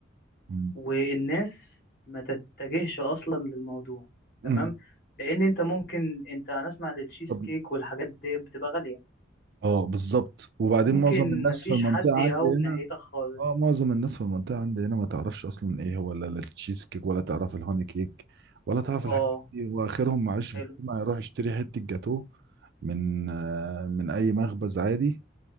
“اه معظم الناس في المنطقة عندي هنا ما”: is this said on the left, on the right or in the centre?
Right